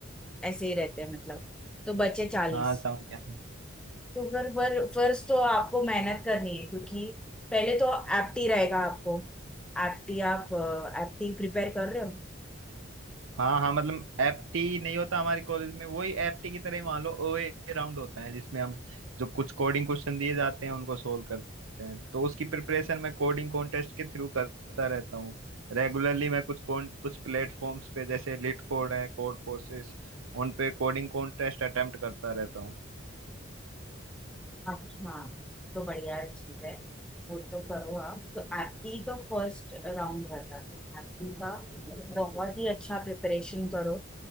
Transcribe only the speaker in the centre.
ऐसे ही रहते हैं मतलब तो बचे चालीस
तो फिर पर फर्स्ट तो आपको मेहनत करनी है क्योंकि पहले तो एप्टी रहेगा आपको एप्टी आप एप्टी प्रिपेयर कर रहे हो
आप हाँ तो बढ़िया चीज है वो तो करो आप तो एप्टी तो फर्स्ट राउंड रहता है एप्टी का बहुत ही अच्छा प्रिपरेशन करो